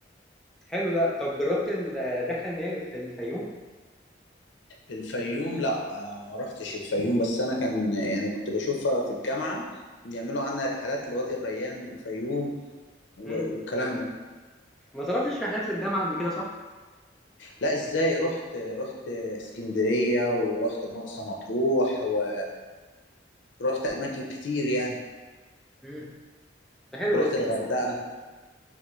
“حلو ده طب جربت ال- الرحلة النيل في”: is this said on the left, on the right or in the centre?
Centre